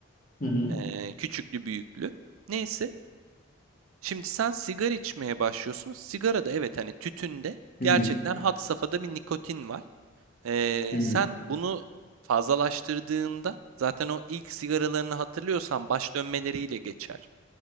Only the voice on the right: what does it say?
Ee, küçüklü büyüklü. Neyse. Şimdi sen sigara içmeye başlıyorsun. Sigarada evet hani tütünde gerçekten
had safhada bir nikotin var. Ee,
sen bunu fazlalaştırdığında zaten o ilk sigaralarını hatırlıyorsan baş dönmeleriyle geçer.